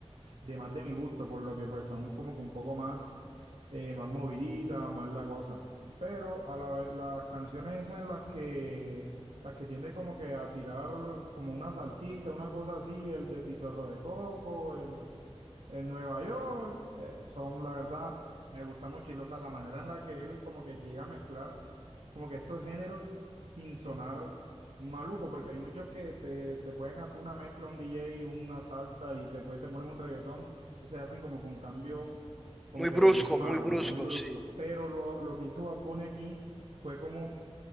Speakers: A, on the right (about 65°); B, in the centre.
A: de más de mi gusto, por lo que pues son como que un poco más, eh, más moviditas, más la cosa. Pero a la vez, las canciones esas en las que, las que tiende como que a tirar como una salsita, una cosa así, el de Pitorro de Coco, el, el Nueva York, eh, son la verdad, me gusta mucho y o sea, la manera en la que él como que llega a mezclar como que estos géneros sin sonar maluco, porque hay muchos que te, te pueden hacer una mezcla, un DJ, una salsa y después te ponen un reggaetón, entonces hacen como que un cambio como
B: Muy
A: que
B: brusco,
A: de beat malo,
B: muy brusco,
A: muy brusco,
B: sí.
A: pero lo, lo que hizo Bad Bunny aquí fue como